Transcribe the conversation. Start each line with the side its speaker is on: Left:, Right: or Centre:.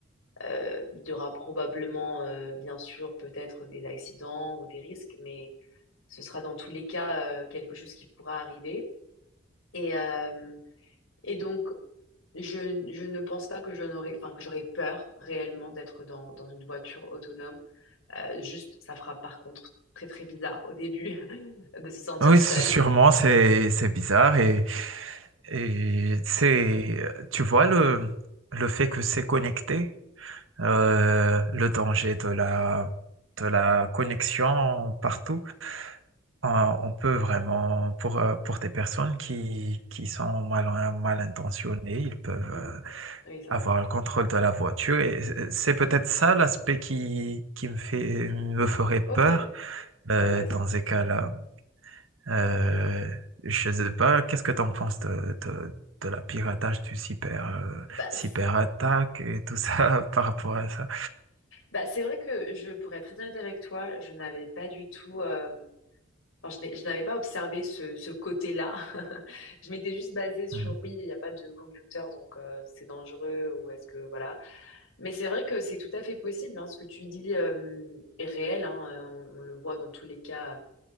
Left: euh, il y aura probablement, euh, bien sûr, peut-être des accidents ou des risques, mais ce sera dans tous les cas euh, quelque chose qui pourra arriver. Et, euh, et donc, je, je ne pense pas que je n'aurais, enfin, que j'aurais peur réellement d'être dans, dans une voiture autonome. Euh, juste, ça fera par contre très très bizarre au début <laughs> de se sentir
Right: Oui,
Left: seule.
Right: c- sûrement, c'est c'est bizarre et, et c'est, tu vois, le, le fait que c'est connecté, euh, le danger de la, de la connexion partout, on, on peut vraiment, pour, euh, pour des personnes qui, qui sont mal, mal intentionnées, ils peuvent
Left: Mm.
Right: euh,
Left: Oui, ça,
Right: avoir
Left: c'est vrai.
Right: le contrôle de la voiture et c'est c'est peut-être ça l'aspect qui, qui me fait, me ferait peur
Left: Ok, c'est
Right: euh,
Left: intéressant.
Right: dans ces cas-là. Euh,
Left: Mm.
Right: je sais pas, qu'est-ce que tu en penses de, de, de la piratage du cyber, euh,
Left: Bah,
Right: cyberattaque
Left: c'est
Right: et tout ça <laughs> par rapport à ça?
Left: bah, c'est vrai que je, pourrais être très honnête avec toi, je n'avais pas du tout. euh, Alors, je n'ai- je n'avais pas observé ce, ce côté-là. <laughs> Je m'étais juste basée sur
Right: Mm.
Left: oui, il n'y a pas de conducteur, donc euh, c'est dangereux ou est-ce que voilà. Mais c'est vrai que c'est tout à fait possible. hein, ce que tu dis euh, est réel. hein, euh, on, on le voit dans tous les cas